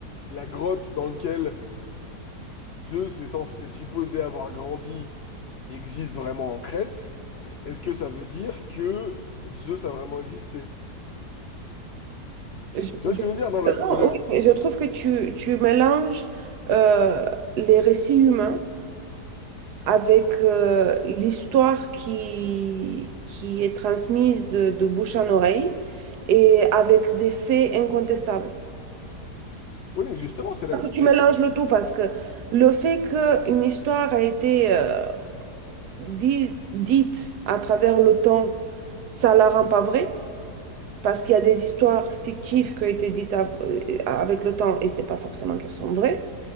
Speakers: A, on the left; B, on the right.
A: la grotte dans laquelle Zeus est, censé- est supposé avoir grandi existe vraiment en Crète, est-ce que ça veut dire que Zeus a vraiment existé? Tu
B: Je,
A: vois
B: je-
A: ce que je veux dire dans le,
B: euh, non,
A: le...
B: oui, mais je trouve que tu, tu mélanges euh, les récits humains avec euh, l'histoire qui, qui est transmise de bouche en oreille et avec des faits incontestables.
A: Oui, mais justement, c'est là c'est-
B: Tu mélanges le tout parce que le fait qu'une histoire a été euh, di- dite à travers le temps, ça la rend pas vraie. Parce qu'il y a des histoires fictives qui ont été dites av- euh, avec le temps et c'est pas forcément qu'elles sont vraies.